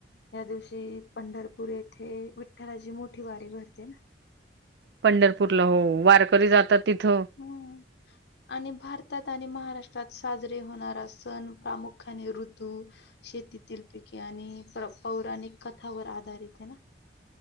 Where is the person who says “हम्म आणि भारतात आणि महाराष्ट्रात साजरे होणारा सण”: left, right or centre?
Left